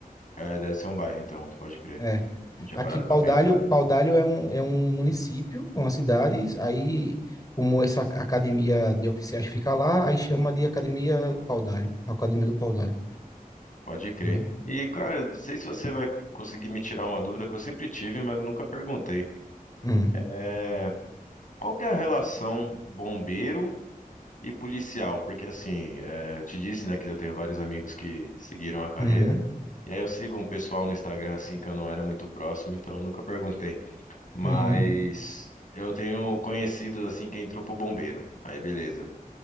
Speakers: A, on the left; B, on the left.
A: é, deve ser um bairro, então, pode crer.
B: É.
A: Não tinha
B: Aqui,
A: parado
B: Paudalho,
A: pra pensar, né?
B: Paudalho é um, é um município, uma cidade, aí, como essa academia de oficiais fica lá, aí chama de Academia Paudalho, Academia do Paudalho,
A: Pode crer.
B: entendeu?
A: E, cara, não sei se você vai conseguir me tirar uma dúvida que eu sempre tive, mas eu nunca perguntei.
B: Hum,
A: É, qual que é a relação bombeiro e policial? Porque, assim, é, eu te disse, né, que eu tenho vários amigos que seguiram a carreira.
B: uhum,
A: E aí eu sigo um pessoal no Instagram, assim, que eu não era muito próximo, então eu nunca perguntei. Mas
B: uhum.
A: eu tenho conhecidos, assim, que entrou pro bombeiro. Aí, beleza.